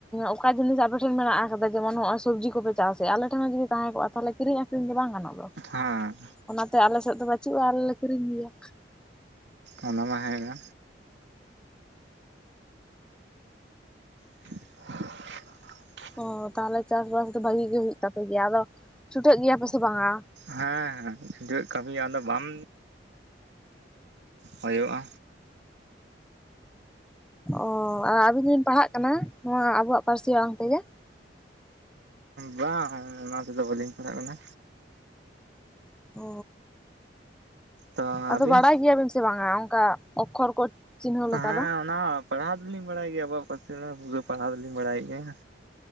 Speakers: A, in the centre; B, on the right.
A: ᱚᱠᱟ ᱡᱤᱱᱤᱥ ᱟᱯᱮ ᱴᱷᱮᱱ ᱢᱮᱱᱟᱜ-ᱟ, ᱥᱩᱫᱩ ᱡᱮᱢᱚᱱ ᱱᱚᱜ-ᱚᱭ ᱥᱚᱵᱽᱡᱤ ᱠᱚᱯᱮ ᱪᱟᱥᱮᱜᱼᱟ, ᱟᱞᱮ ᱴᱷᱮᱱ ᱦᱚᱸ ᱡᱩᱫᱤ ᱛᱟᱦᱮᱸ ᱠᱚᱜᱼᱟ ᱛᱟᱦᱞᱮ ᱠᱤᱨᱤᱧ ᱟᱹᱠᱷᱨᱤᱧ ᱫᱚ ᱵᱟᱝ ᱜᱟᱱᱚᱜ ᱫᱚ,
B: ᱦᱮᱸ
A: ᱚᱱᱟᱛᱮ ᱟᱞᱮ ᱥᱮᱫ ᱫᱚ ᱵᱟᱹᱪᱩᱜᱼᱟ ᱟᱞᱮ ᱞᱮ ᱠᱤᱨᱤᱧ ᱜᱮᱭᱟ᱾
B: ᱚᱱᱟ ᱢᱟ ᱦᱮᱸ ᱜᱮ᱾ <unintelligible>
A: ᱦᱚᱸ ᱛᱟᱦᱞᱮ ᱪᱟᱥ ᱵᱟᱥ ᱫᱚ ᱵᱷᱟᱹᱜᱤ ᱜᱮ ᱦᱩᱭᱩᱜ ᱛᱟᱯᱮ ᱜᱮᱭᱟ, ᱟᱫᱚ ᱪᱷᱩᱴᱟᱹᱜ ᱜᱮᱭᱟ ᱯᱮ ᱥᱮ ᱵᱟᱝᱟ?
B: ᱦᱮᱸ <unintelligible> ᱠᱟᱹᱢᱤ ᱟᱫᱚ ᱵᱟᱢ ᱦᱳᱭᱳᱜᱼᱟ᱾
A: ᱚ ᱟᱵᱤᱱ ᱫᱚᱵᱤᱱ ᱯᱟᱲᱦᱟᱜ ᱠᱟᱱᱟ, ᱱᱚᱶᱟ ᱟᱵᱚᱣᱟᱜ ᱯᱟᱹᱨᱥᱤ ᱟᱲᱟᱝ ᱛᱮᱜᱮ?
B: ᱵᱟᱝ ᱚᱱᱟ ᱛᱮᱫᱚ ᱵᱟᱹᱞᱤᱧ ᱯᱟᱲᱦᱟᱜ ᱠᱟᱱᱟ᱾
A: ᱚᱻ
B: ᱛᱚ ᱟᱹᱵᱤᱱ
A: ᱟᱫᱚ ᱵᱟᱲᱟᱭ ᱜᱮᱭᱟᱵᱤᱱ ᱥᱮ ᱵᱟᱝᱟ ᱚᱝᱠᱟ ᱚᱠᱷᱚᱨ ᱠᱚ ᱪᱤᱱᱦᱟᱹᱣ ᱞᱮᱠᱟ
B: ᱦᱮᱸ
A: ᱫᱚ
B: ᱚᱱᱟ ᱯᱟᱲᱦᱟᱣ ᱫᱚᱞᱤᱧ ᱵᱟᱲᱟᱭ ᱜᱮᱭᱟ, ᱟᱵᱚᱣᱟᱜ ᱯᱟᱹᱨᱥᱤ ᱟᱹᱲᱟᱹ ᱯᱩᱨᱟᱹ ᱯᱟᱲᱦᱟᱣ ᱫᱚᱞᱤᱧ ᱵᱟᱲᱟᱭ ᱜᱮᱭᱟ᱾